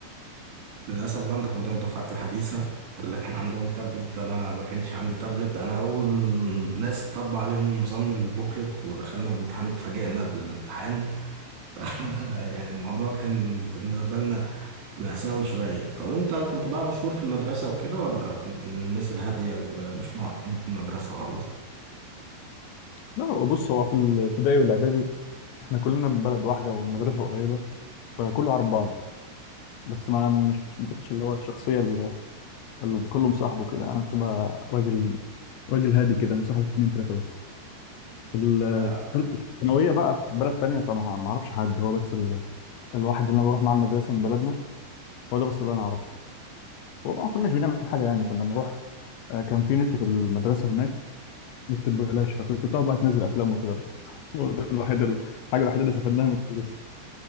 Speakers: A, on the right (about 80°); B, on the left (about 80°).
A: للأسف بقى أنت كنت من الدفعات الحديثة اللي كان عندهم تابلت أنا ما كانش عندي تابلت أنا أول ناس طبق عليهم نظام البوكلت ودخلنا الامتحان اتفاجئنا بالامتحان <laughs> يعني الموضوع كان بالنسبة لنا مأساوي شوية طب أنت كنت بقى مشهور في المدرسة وكده ولا كنت من الناس الهادية اللي مش معروفين في المدرسة خالص؟
B: لا هو بص هو في الابتدائي والاعدادي احنا كلنا من بلد واحده والمدرسه قريبه فكله عارف بعض بس ما مش ما كنتش اللي هو الشخصيه اللي اللي كله مصاحبه كده انا كنت بقى راجل راجل هادي كده مصاحب اتنين تلاته بس في الثالثه
A: آه
B: الثانويه بقى في بلد تانيه فما ما اعرفش حد هو بس ال... الواحد اللي انا بروح معاه المدرسه من بلدنا هو ده بس اللي انا اعرفه وما كناش بنعمل حاجه يعني كنا بنروح آه، كان في نت في المدرسه هناك النت ببلاش فكنت بتقعد بقى تنزل افلام وكده <laughs> بس هو ده الوحيد الحاجه الوحيده اللي استفدناها من الدرس